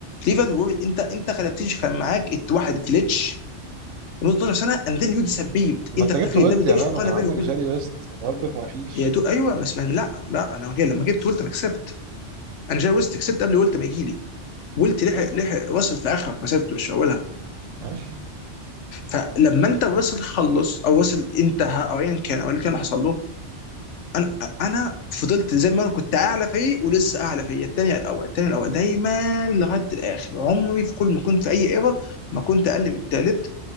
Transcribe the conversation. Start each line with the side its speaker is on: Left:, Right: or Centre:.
Left: ليفربول وورد. انت انت غلبتنيش كان معاك ات- واحد جلitch لمده 12 سنه اند ذن يو ديسبيبد
Right: ما
Left: انت
Right: انت
Left: اختفيت
Right: جبت ويلت
Left: ده ده
Right: يا
Left: مش
Right: مان
Left: مقارنه
Right: وكان عندك
Left: بيني وبينك
Right: جاري ويست وبرضك ما فيش
Left: يا دود ايوه بس ما- لا لا انا جاي لما جبت قلت انا كسبت انا جاي وسط كسبت قبل قلت ما يجي لي ولت لحق
Right: ماشي
Left: لحق راسل في اخر مسيرته مش في اولها
Right: ماشي
Left: فلما انت راسل خلص او راسل انتهى او ايا كان او اللي كان اللي حصل له انا انا فضلت زي ما انا كنت اعلى فريق ولسه اعلى فريق الثاني الاول الثاني الاول دايما لغايه الاخر عمري في كل ما كنت في اي ايرا ما كنت اقل من الثالث